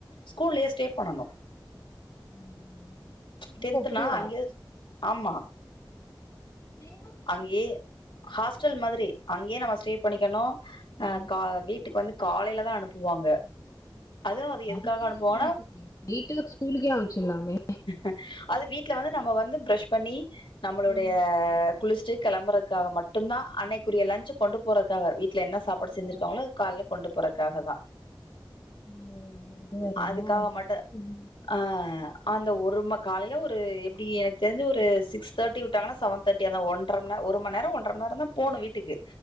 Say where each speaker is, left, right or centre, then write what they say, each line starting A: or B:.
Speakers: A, on the left (about 75°); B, on the left (about 40°).
A: ஸ்கூல்லயே ஸ்டே பண்ணனு
B: ம்.
A: டென்த்னா
B: ஓ அப்படியா
A: அங்கேஸ் ஆமா
B: சேரிங்க
A: அங்யே ஹாஸ்டல் மாதிரி அங்யே நம்ம ஸ்டே பண்ணிக்கணு
B: ஓ
A: அ கா வீட்டுக்கு வந்து காலைல தா அனுப்புவாங்க அதுவு அது எதுக்காக
B: அதுக்கெதுக்கு
A: அனுப்புவாங்கன்னா
B: வீட்டுக்கு வீட்டுல ஸ்கூலுக்கே அம்ச்சுர்லாமே
A: அ அது வீட்ல வந்து நம்ப வந்து ப்ரஷ் பண்ணி நம்மளுடைய
B: ம்.
A: குளிச்ட்டு கெளம்பறக்காக மட்டுந்தா அன்னைக்குரிய லஞ்சு கொண்டு போறக்காக வீட்ல என்ன சாப்பாடு
B: ஓ,
A: செஞ்சிருக்காங்ளோ அத் கால்ல கொண்டு போறதுக்காக தா
B: ஓ, இது வேறயா
A: அதுக்காக மட்டு
B: ம்.
A: ஆ அந்த ஒரும காலையில ஒரு எப்படி எனக்கு தெரிஞ்சு ஒரு சிக்ஸ் தேர்ட்டி விட்டாங்கன்னா செவன் தேர்ட் டி அந்த ஒன்றம்ன ஒரு மநேரோ ஒன்றம் நேரோ தா போனு வீட்டுக்கு